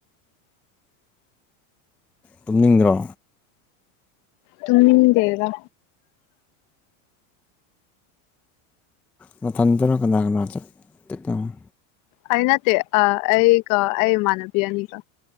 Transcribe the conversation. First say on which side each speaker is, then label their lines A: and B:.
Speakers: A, in the centre; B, on the left.
A: ꯇꯨꯝꯅꯤꯡꯗ꯭ꯔꯣ
B: ꯇꯨꯃꯤ ꯂꯩꯗ
A: ꯅꯊꯟꯇꯔ ꯀꯅꯥ ꯀꯅꯥ ꯆ ꯆꯠꯇꯪ
B: ꯑꯩ ꯅꯠꯇꯦ ꯑ ꯑꯩꯒ ꯑꯩ ꯏꯃꯥꯟꯅꯕꯤ ꯑꯅꯤꯒ